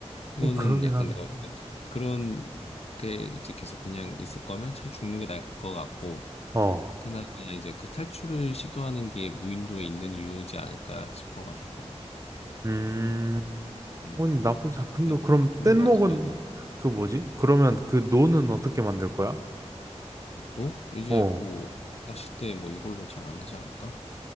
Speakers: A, on the left (about 65°); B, on the right (about 30°).
A: 이거는
B: 아니, 그러긴
A: 약간
B: 하다.
A: 내가 봤을 때 그런 게 이제 계속 그냥 있을 거면 차라리 죽는 게 나을 것 같고,
B: 어,
A: 그나마 이제 그 탈출을 시도하는 게 무인도에 있는 이유지 않을까 싶어가지고,
B: 음,
A: 음.
B: 오늘 나쁜 작품도
A: 그래서 맨,
B: 그럼
A: 맨
B: 뗏목은
A: 마지막은,
B: 그 뭐지?
A: 음.
B: 그러면 그 노는 어떻게 만들 거야?
A: 또 이제
B: 어,
A: 뭐, 낚싯대 뭐 이걸로 잘 만들지 않을까?